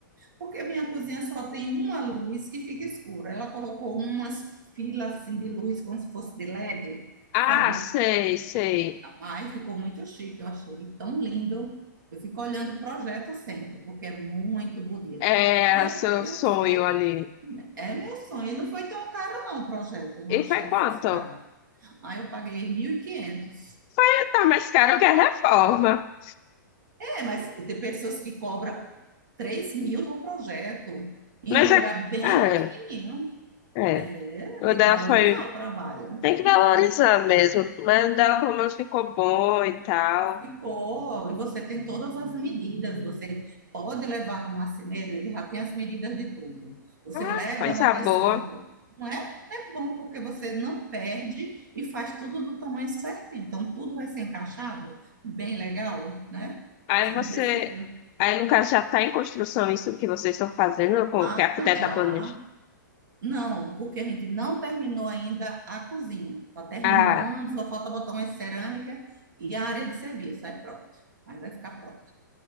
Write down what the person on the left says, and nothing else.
Ah,
sei, sei.
É
seu
sonho
ali.
E
foi
quanto?
<laughs>
É, Tá mais caro que a reforma.
Mas
é.
É,
é.
O
dela
foi.
Tem que valorizar mesmo. Mas o dela pelo menos ficou bom e tal.
Ah,
coisa
boa.
Aí
você.
Aí, no caso, já está em construção isso que vocês estão fazendo, com
que a arquiteta
planeja.
Ah,